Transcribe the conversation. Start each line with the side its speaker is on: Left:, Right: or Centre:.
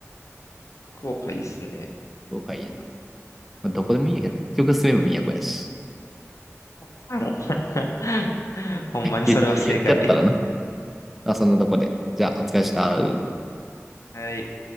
Left: 福岡いいっすね。
Centre: 福岡いいやな。まあ、どこでもいいやけど、結局住めば都やし。
Left: <laughs> ほんまにそれは正解。
Centre: 言、言っちゃったらな。あ、そんなとこで。じゃあ、お疲れした。
Left: <laughs> はい。